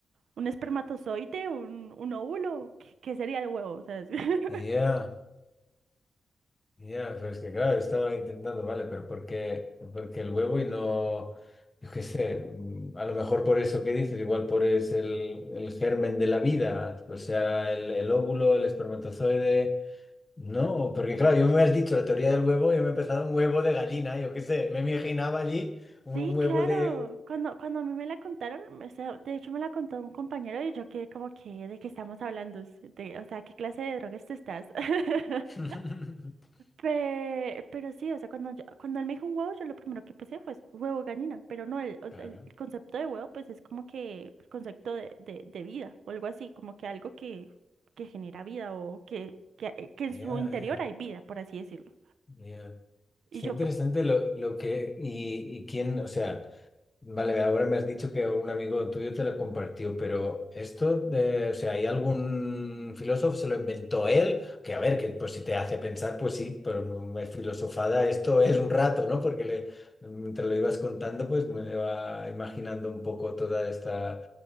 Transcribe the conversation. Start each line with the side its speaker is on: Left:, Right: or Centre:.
Right: un espermatozoide, un, un óvulo, ¿qué, qué sería el huevo? O sea, es- <laughs>
Left: Ya. Ya, pero es que claro, estaba intentando, vale, pero ¿por qué, por qué el huevo y no, yo qué sé, mm, a lo mejor por eso que dices, igual por es el, el germen de la vida, o sea, el, el óvulo, el espermatozoide, no, porque claro, yo me has dicho la teoría del huevo y yo me he empezado un huevo de gallina, yo qué sé, me imaginaba allí un
Right: Sí,
Left: huevo
Right: claro.
Left: de...
Right: Cuando, cuando a mí me la contaron, o sea, de hecho me la contó un compañero y yo quedé como que, ¿de qué estamos hablando? De, o sea, ¿qué clase de drogas te estás? <laughs>
Left: <laughs>
Right: Pe- pero sí, o sea, cuando, yo- cuando él me dijo un huevo, yo lo primero que pensé fue huevo gallina, pero no, el, o
Left: Claro,
Right: sea, el concepto de huevo pues es como que el concepto de, de, de vida o algo así, como que algo que, que genera vida o que, que, eh, que en
Left: ya,
Right: su interior
Left: ya,
Right: hay vida, por así decirlo.
Left: ya.
Right: Y
Left: Está
Right: yo
Left: interesante
Right: pues,
Left: lo, lo que, y, y quién, o sea... Vale, ahora me has dicho que un amigo tuyo te lo compartió, pero esto de, o sea, ¿hay algún filósofo se lo inventó él? Que a ver, que pues si te hace pensar, pues sí, pero me filosofada esto es un rato, ¿no? Porque le, mientras lo ibas contando, pues me iba imaginando un poco toda esta,